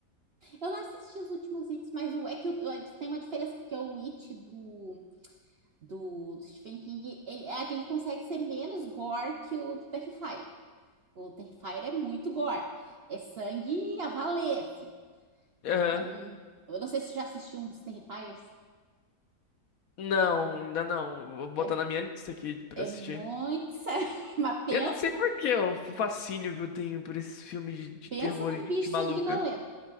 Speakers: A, on the right; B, on the left.
A: Eu não assisti os últimos Its, mas o, é que o- o- tem uma diferença, porque o It do, do, do Stephen King, ele, é que ele consegue ser menos gore que o do Terrifier. O Terrifier é muito gore. É sangue a valer, assim.
B: Aham.
A: Então, eu não sei se você já assistiu um dos Terrifiers.
B: Não, ainda não. Vou botar
A: É,
B: na minha lista aqui pra
A: é
B: assistir.
A: muito sangue. <laughs> Mas pensa
B: Eu não sei por que o fascínio que eu tenho por esses filmes de, de
A: Pensa
B: terror
A: num
B: e de
A: bicho
B: gente maluca.
A: sanguinolento.